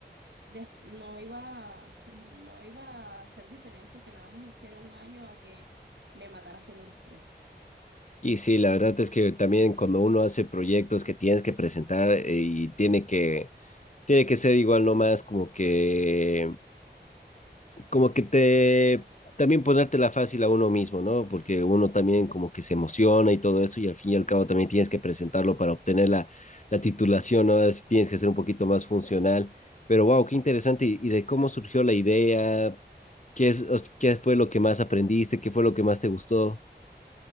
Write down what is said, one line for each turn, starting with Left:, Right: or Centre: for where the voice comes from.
Right: des- no iba, <laughs> no iba a hacer diferencia que nada más hiciera un año a que me matara haciendo los tres.
Left: Y sí, la verdad es que también cuando uno hace proyectos que tienes que presentar eh, y tiene que, tiene que ser igual nomás como que, como que te, también ponértela fácil a uno mismo, ¿no? Porque uno también como que se emociona y todo eso y al fin y al cabo también tienes que presentarlo para obtener la, la titulación, ¿no? Así tienes que ser un poquito más funcional. Pero wow, qué interesante. ¿Y, y de cómo surgió la idea? ¿Qué es, o sea, qué fue lo que más aprendiste? ¿Qué fue lo que más te gustó?